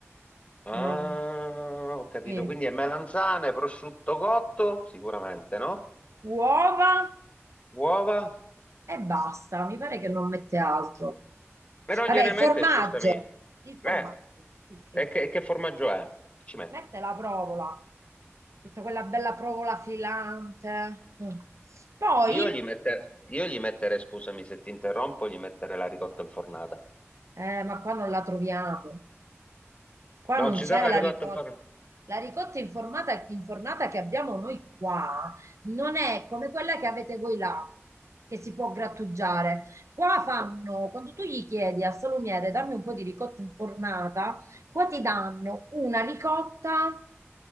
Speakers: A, on the left; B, on the right.
A: Ah,
B: Non...
A: ho capito.
B: sì.
A: Quindi è melanzane, prosciutto cotto, sicuramente, no?
B: Uova
A: Uova.
B: e basta, mi pare che non mette altro.
A: E non
B: Vabbè,
A: gliene
B: il formaggio,
A: mette, scusami.
B: il formaggio,
A: Eh,
B: sì, sì.
A: e che, che formaggio è? Chi Ci mette?
B: Mette la provola, tutta quella bella provola filante. Mm. Poi,
A: Io gli mette- io gli metterei, scusami se ti interrompo, gli metterei la ricotta infornata.
B: eh, ma qua non la troviamo. Qua non
A: Non ci
B: c'è
A: dà la
B: la
A: ricotta
B: ricotta.
A: infornata?
B: La ricotta informata- infornata che abbiamo noi qua non è come quella che avete voi là, che si può grattugiare. Qua fanno, quando tu gli chiedi al salumiere, dammi un po' di ricotta infornata, qua ti danno una ricotta